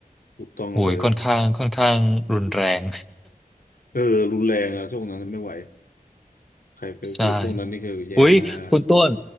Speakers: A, on the left; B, in the centre.
A: ถูกต้องเลย
B: โหยค่อนข้างค่อนข้างรุนแรง
A: เออรุนแรงอะช่วงนั้นไม่ไหวใครไปอยู่ช่วงนั้นนี่คือแย่มาก
B: <laughs> ใช่ อุ้ยคุณต้น